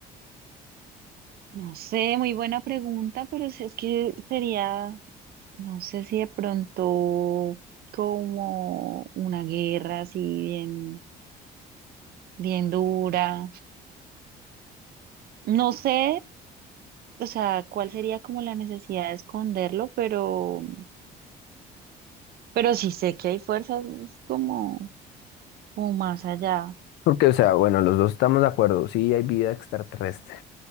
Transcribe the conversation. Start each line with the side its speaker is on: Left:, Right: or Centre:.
Right: No sé, muy buena pregunta, pero si es que sería, no sé si de pronto como una guerra así bien, bien dura. No sé, o sea, cuál sería como la necesidad de esconderlo, pero, pero sí sé que hay fuerzas pues, como, como más allá.
Left: Porque, o sea, bueno, los dos estamos de acuerdo, sí hay vida extraterrestre.